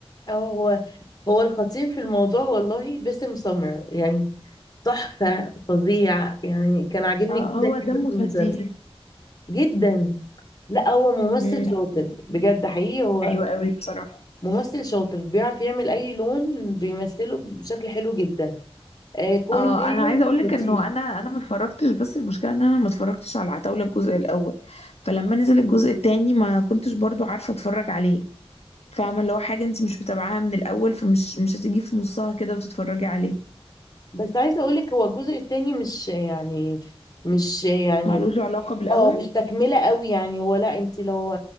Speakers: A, on the left; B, on the left.
A: اه هو هو الخطير في الموضوع والله باسم سمرة يعني تحفة فظيع يعني كان عاجبني
B: آه
A: جدا
B: هو دمه
A: جدا في
B: خفيف
A: المسلسل جدا لا هو ممثل
B: أمم،
A: شاطر بجد حقيقي هو
B: ايوه قوي بصراحه
A: ممثل شاطر بيعرف يعمل أي لون بيمثله بشكل حلو جدا آه كوميدي
B: اه انا عايزه اقول لك
A: لطيف
B: انه انا انا ما اتفرجتش بس المشكله ان انا ما اتفرجتش على العتاوله الجزء الاول فلما نزل الجزء التاني ما كنتش برضو عارفه اتفرج عليه فاهمه اللي هو حاجه انت مش متابعاها من الاول فمش مش هتيجي في نصها كده وتتفرجي عليه
A: بس عايزة أقولك هو الجزء التاني مش يعني مش يعني
B: معلوش علاقه بالاول
A: اه مش تكملة قوي يعني هو لا انت لو